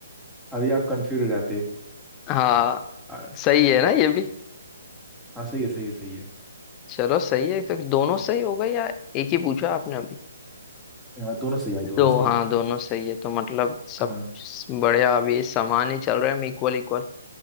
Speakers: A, in the centre; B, on the left (about 25°).
A: अभी आप कंफ्यूज हो जाते
B: हाँ
A: आ,
B: सही है ना ये भी
A: हाँ सही है सही है सही है
B: चलो सही है तो दोनों सही हो गए या एक ही पूछा आपने अभी
A: हाँ, दोनों सही है भाई दोनों
B: दो
A: सही
B: हाँ
A: है
B: दोनों सही है तो मतलब सब
A: हाँ
B: बढ़िया अभी समान ही चल रहा है इक्वल इक्वल